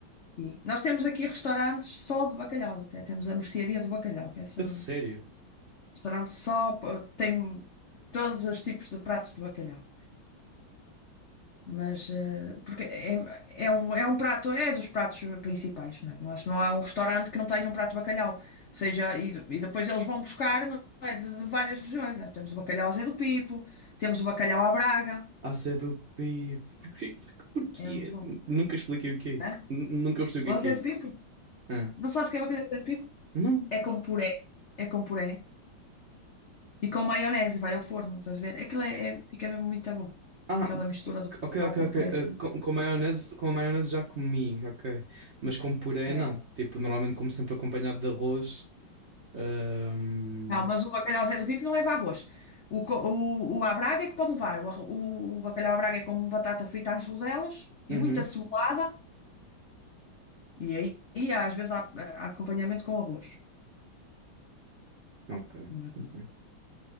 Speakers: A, on the left (about 70°); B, on the right (about 50°).
A: E nós temos aqui restaurantes só de bacalhau, até temos a mercearia do bacalhau, que é só
B: A sério.
A: restaurante só, pa- tem todos os tipos de pratos de bacalhau. Mas, eh, porque é, é um, é um prato, é dos pratos principais, né? Eu Acho que não há um restaurante que não tenha um prato de bacalhau. Seja, e, de- e depois eles vão buscar, não é, de, de várias regiões, né? Temos o bacalhau à Zé do Pipo, temos o bacalhau à Braga,
B: A C do P. Porquê? Porquê?
A: é muito
B: porquê?
A: bom.
B: Nunca expliquei o que é isso.
A: É?
B: N- Nunca percebi
A: O
B: o que
A: Zé
B: é que é
A: do
B: isso.
A: Pipo?
B: Ah,
A: Não sabes o que é bacalhau à Zé do Pipo?
B: não.
A: É com puré, é com puré e com maionese, vai ao forno, estás a ver? Aquilo é, é- fica mesmo muito bom.
B: Ah,
A: Aquela mistura do
B: ok,
A: bacalhau
B: ok,
A: com
B: ok.
A: purézinho.
B: Ah, com, com maionese, com a maionese já comi, ok. Mas com puré
A: É.
B: não. Tipo, normalmente como sempre acompanhado de arroz. Ahm,
A: Não, mas o bacalhau Zé do Pipo não leva arroz. O, co- o, o à Braga é que pode levar. O, arro- o, o bacalhau à Braga é com batata frita às rodelas
B: Uhum.
A: e muita cebolada. E aí, e às vezes, há, há acompanhamento com arroz.
B: Ok,
A: Mas
B: ok.